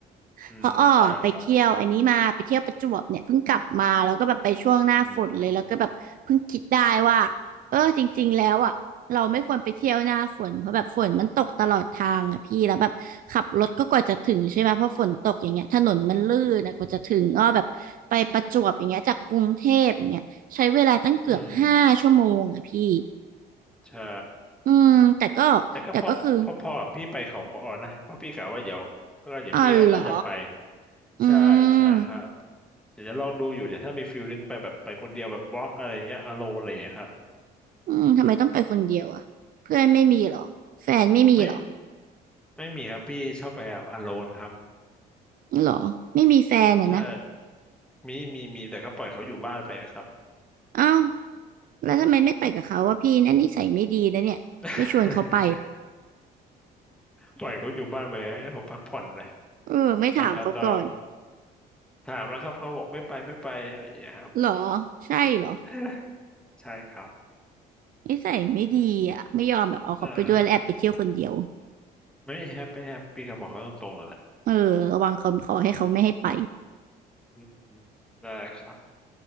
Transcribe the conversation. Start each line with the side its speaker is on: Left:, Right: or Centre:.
Centre: อืมได้ครับ
Right: เพราะอ้อไปเที่ยวอันนี้มาไปเที่ยวประจวบเนี่ยเพิ่งกลับมาแล้วก็แบบไปช่วงหน้าฝนเลยแล้วก็แบบเพิ่งคิดได้ว่า
Centre: อืม
Right: เออจริงๆแล้วอ่ะเราไม่ควรไปเที่ยวหน้าฝนเพราะแบบฝนมันตกตลอดทางอ่ะพี่แล้วแบบขับรถก็กว่าจะถึงใช่ไหมเพราะฝนตกอย่างเงี้ยถนนมันลื่นนะกว่าจะถึงอ้อแบบไปประจวบอย่างเงี้ยจากกรุงเทพอย่างเงี้ย ใช้เวลาตั้งเกือบห้าชั่วโมงอะพี่
Centre: อืมใช่
Right: อืมแต่ก็แต่ก็คือ
Centre: แต่ก็พอพอพอกับพี่ไปเขาค้อนะเพราะพี่กะว่าเดี๋ยวก็เดี๋ยวพี่ก็น่าจะไป
Right: อ๋อเหรออื
Centre: ใช่ใช่ครับ
Right: ม
Centre: เดี๋ยวจะลองดูอยู่เดี๋ยวถ้ามีฟิลลิ่งไปแบบไปคนเดียวแบบบล็อกอะไรเงี้ยอโลนอะไรเงี้ยครับ
Right: อืมทำไมต้องไปคนเดียวอะเพื่อนไม่มีเหรอแฟนไม่มีเหรอ
Centre: ไม่ไม่มีครับพี่ชอบไปแบบอโลนครับ
Right: เหรอไม่มีแฟนอะนะ
Centre: ใช่มีมีมีแต่ก็ปล่อยเขาอยู่บ้านไปอะครับ
Right: อ้าวแล้วทำไมไม่ไปกับเขาวะพี่นั่นนิสัยไม่ดีนะเนี่ยไม่ชวนเขาไป
Centre: <laughs> ปล่อยเขาอยู่บ้านไปให้เขาพักผ่อนนะ
Right: เออไม่ถามเขาก่อน
Centre: อ่ะตอนตอนถามแล้วครับเขาบอกไม่ไปไม่ไปอะไรอย่างเงี้ยครับ
Right: เหรอใช่เหรอ
Centre: <laughs> ใช่ครับ
Right: นิสัยไม่ดีอะไม่ยอมแบบเอาเขาไปด้วยแล้วแอบไปเที่ยวคนเดียว
Centre: เออไม่แฮปไม่แฮปปี้ครับบอกเขาตรงๆเลยแหละ
Right: เออระวังเขาขอให้เขาไม่ให้ไป
Centre: อืมได้ครับ